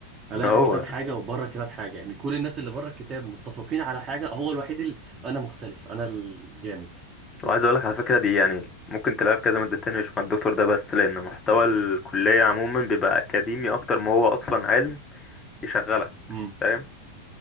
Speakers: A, on the right; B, on the left.
A: الاقي
B: هو
A: في الكتاب حاجه وبره الكتاب حاجه يعني كل الناس اللي بره الكتاب متفقين على حاجه هو الوحيد اللي انا مختلف انا الجامد
B: وعايز اقول لك على فكره دي يعني ممكن تلاقيها في كذا ماده تانية مش مع الدكتور ده بس لان محتوى الكليه عموما بيبقى اكاديمي اكتر ما هو اصلا علم يشغلك
A: امم
B: فاهم